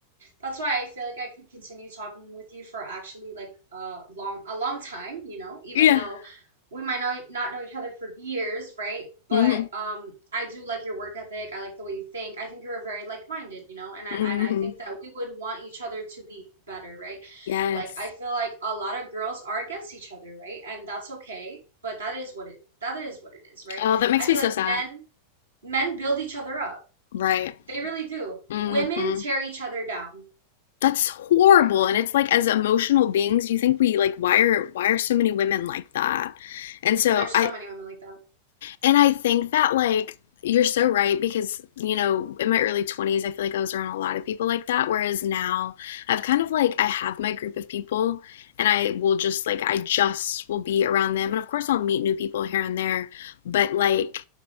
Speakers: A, on the right; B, on the left.
A: That's why I feel like I could continue talking with you for actually like a long a long time, you know, even
B: Yeah,
A: though we might know, e, not know each other for years, right? But
B: Mhm.
A: um I do like your work ethic. I like the way you think. I think you're very like-minded, you know, and I
B: Mhm.
A: and I think that we would want each other to be better, right?
B: Yes.
A: Like I feel like a lot of girls are against each other, right? And that's okay, but that is what it that is what it is, right?
B: Oh, that makes
A: I feel
B: me so
A: like
B: sad.
A: men men build each other up.
B: Right.
A: They really do.
B: Mhm.
A: Women tear each other down,
B: That's horrible.
A: right?
B: And it's like as emotional beings, you think we like why are why are so many women like that? And so
A: And there's
B: I
A: so many women like that.
B: And I think that like you're so right because you know in my early 20s I feel like I was around a lot of people like that whereas now I've kind of like I have my group of people and I will just like I just will be around them and of course I'll meet new people here and there but like